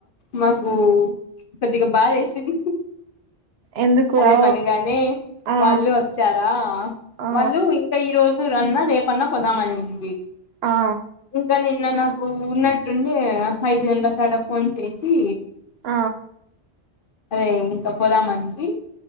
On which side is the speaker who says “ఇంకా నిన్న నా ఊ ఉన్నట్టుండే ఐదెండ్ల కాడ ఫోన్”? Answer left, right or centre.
Left